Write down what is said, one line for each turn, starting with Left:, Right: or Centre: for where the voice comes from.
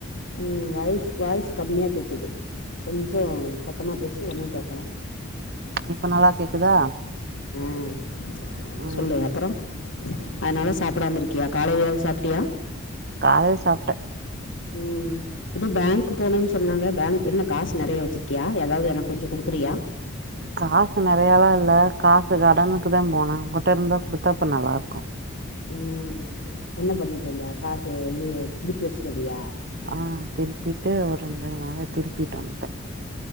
Left: உம் வாய்ஸ் வாய்ஸ் கம்மியா கேக்குது கொஞ்ஜோ சத்தமா பேசு ஒன்னு கேட்கல
Right: இப்ப நல்லா கேக்குதா
Left: உம்
Right: ம்
Left: சொல்லுஹத்தறம் <inaudible> அதனால சாப்பிடாம இருக்கியா காலையிலச் சாப்ட்டியா
Right: காலயில சாப்பிட்டே
Left: உம் ஏதோ பேங்க் போனேன்னு சொன்னாங்க பேங்க் என்ன காசு நிறைய வச்சிருக்கியா ஏதாவது எனக்கு கொஞ்சம் கொடுக்குறியா
Right: காசு நிறையாலாம் இல்ல காசு கடனுுக்கு தான் போனேன் உங்ககிட்ட இருந்தா குடுத்தா இப்ப நல்லா இருக்கும்
Left: உம் என்ன பண்ணிட்டு வந்தே காசு இது திருப்பி வச்சுட்டு வந்தியா
Right: ஆஹ் திருப்பிட்டு இருந்து நக திருப்பிட்டு வன்டேன்